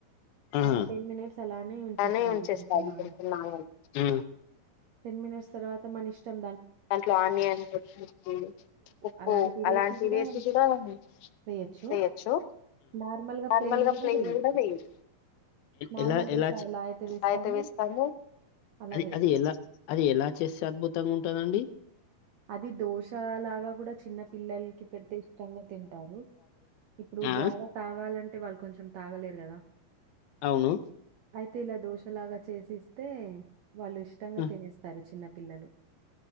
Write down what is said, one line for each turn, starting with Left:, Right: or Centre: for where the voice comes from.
Left: ఆహా
Right: ఒక టెన్ మినిట్స్ చలా ఉంచుతాను
Left: అలానే ఉంచేస్తాది కొంచెం నానబెట్టి
Right: టెన్ మినిట్స్ తరువాత మనం ఇష్టం
Left: దాంట్లో ఆనియన్ కొమ ఉప్పు
Right: అలాంటివేసి
Left: అలాంటిసి
Right: గూడా
Left: కూడాయచ్చు
Right: వేయొచ్చు. నార్మల్‌గా ప్లెయిన్
Left: నార్ల్గా
Right: గూడా
Left: ప్లన్
Right: వేయొచ్చు.
Left: కూడాయచ్చు
Right: నార్మల్
Left: ఎలా
Right: దోస
Left: ఎలాస్తా
Right: ఎలా అయితే వేస్తామో అలా
Left: అది
Right: వేయొచ్చు.
Left: అది ఎలా అది ఎలా చేస్తే అద్భుతం తం ఉంటదాండి
Right: అది దోష లాగా కూడా చిన్న పిల్లలకి పెడితే ఇష్టంగా తింటారు ఇప్పుడు
Left: ఆ
Right: జావా తాగాలంటే వాళ్ళు కొంచెం తాగలేరు కదా
Left: అవును
Right: అయితే ఇలా దోషలాగా చేసిస్తే వాళ్ళు ఇష్టంగా
Left: ఆ,
Right: తినేస్తారు చిన్న పిల్లలు